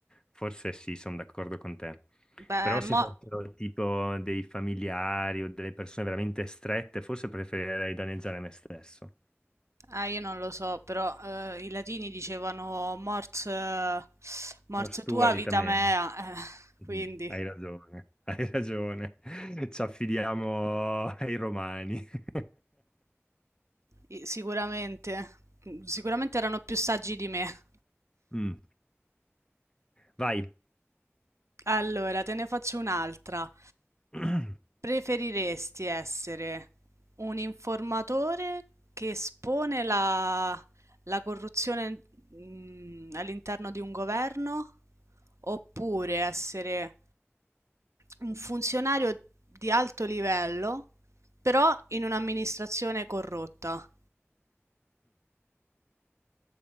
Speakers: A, on the left; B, on the right.
A: forse sì, sono d'accordo con te.
B: Beh,
A: Però se
B: mo...
A: fossero tipo dei familiari o delle persone veramente strette, forse preferirei danneggiare me stesso.
B: Ah, io non lo so, però eh, i latini dicevano mors, eh, mors
A: Morto tu,
B: tua,
A: vita
B: vita
A: mia.
B: mea, eh,
A: Mm,
B: quindi
A: Hai ragione, hai ragione. <laughs> Ci affidiamo ai romani. <laughs>
B: i- sicuramente, sicuramente erano più saggi di me.
A: Mm, Vai.
B: Allora, te ne faccio un'altra.
A: <clears throat>
B: Preferiresti essere un informatore che espone la, la corruzione, mm, all'interno di un governo oppure essere un funzionario di alto livello, però in un'amministrazione corrotta?